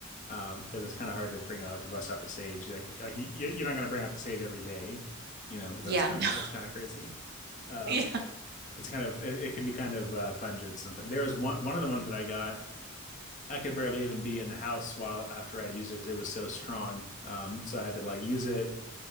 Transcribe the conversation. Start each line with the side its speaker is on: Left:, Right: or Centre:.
Left: Um, because it's kind of hard to bring out to bust out the sage. Like like you, you're not gonna bring out the sage every day. You know, that's
Right: Yeah,
Left: kind
Right: <laughs>
Left: of
Right: no,
Left: that's kind of crazy. Um,
Right: yeah.
Left: it's kind of it, it can be kind of uh, pungent sometimes. There was one one of the ones that I got. I could barely even be in the house while after I'd used it because it was so strong. Um, so I had to like use it,